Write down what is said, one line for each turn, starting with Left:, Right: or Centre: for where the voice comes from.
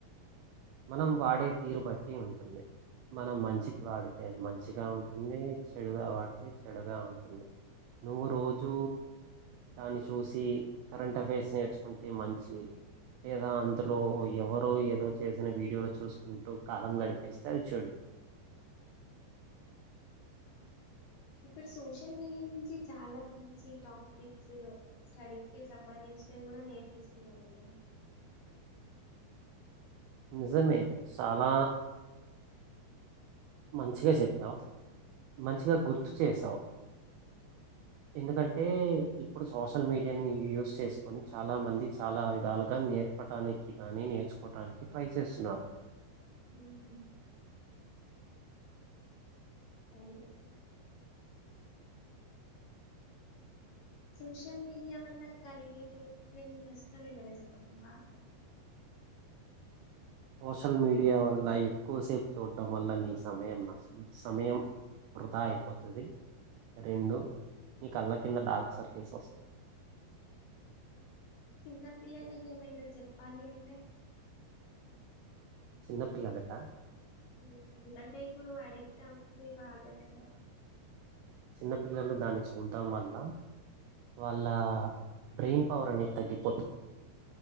Right: మనం వాడే తీరు బట్టి ఉంటుంది. మనం మంచికి వాడితే అది మంచిగా ఉంటుంది, చెడుగా వాడితే చెడుగా ఉంటుంది. నువ్వు రోజూ దాన్ని చూసి కరెంట్ అఫైర్స్ నేర్చుకుంటే మంచి లేదా అందులో ఎవరో ఏదో చేసిన వీడియోలు చూసుకుంటూ కాలం గడిపేస్తే అది చెడు.
Left: ఇప్పుడు సోషల్ మీడియా నుంచి చాలా మంచి టాపిక్స్ స్టడీస్ కి సంబంధించినవి కూడా నేర్పిస్తున్నారు కదా.
Right: నిజమే చాలా మంచిగా చెప్పావు, మంచిగా గుర్తు చేసావు. ఎందుకంటే ఇప్పుడు సోషల్ మీడియాని యూస్ చేసుకొని చాలా మంది చాలా విధాలుగా నేర్పటానికి కానీ నేర్చుకోవటానికి. ట్రై చేస్సునారు
Left: హ్మ్ అవునే సోషల్ మీడియా వల్ల కలిగే రెండు నష్టాలు ఏవైనా చెప్పగల్వా
Right: సోషల్ మీడియా వల్ల ఎక్కువసేపు చూడ్డం వల్ల నీ సమయం న సమయం వృధా అయిపోతుంది. రెండు నీ కళ్ళ కింద డార్క్ సర్కిల్స్ సొస్తయ్.
Left: చిన్న పిల్లలకి ఏమైనా చెప్పాలి అంటే
Right: చిన్నపిల్లలకా
Left: హ్మ్ ఎందుకంటే ఇప్పుడు అడిక్ట్ అవుతుంది వాళ్లే కదా
Right: చిన్నపిల్లలు దాన్ని చూడ్డం వల్ల వాళ్ళ బ్రెయిన్ పవర్ అనేది తగ్గిపోతు,